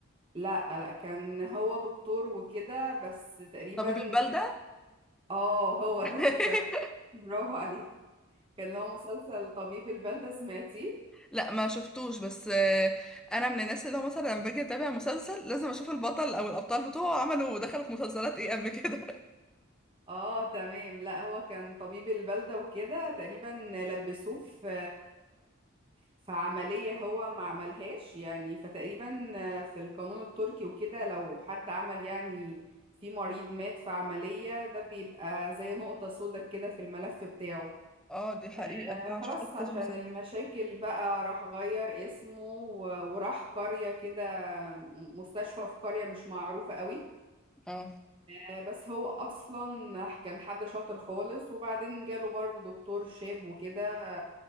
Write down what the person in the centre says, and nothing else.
طبيب البلده
<laughs>
لا ما شفتوش بس آه، انا من الناس اللي هو مثلا لما باجي اتابع مسلسل لازم اشوف البطل او الابطال بتوعه عملوا دخلوا في مسلسلات ايه قبل كده <laughs>
اه دي حقيقة
فعلا
شفتها في كذا
مسلسل
اه